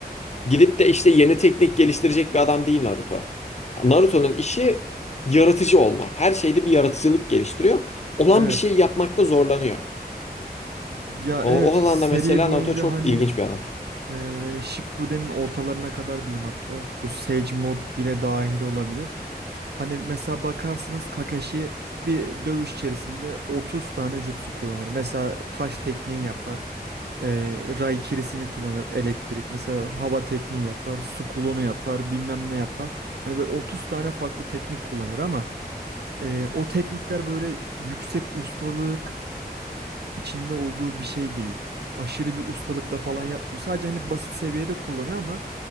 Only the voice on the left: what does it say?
Gidip de işte yeni teknik geliştirecek bir adam değil Naruto. Naruto'nun işi yaratıcı olmak. Her şeyde bir yaratıcılık geliştiriyor. Olan
bir şey yapmakta zorlanıyor.
O,
o
alanda mesela
Naruto çok
ilginç bir adam.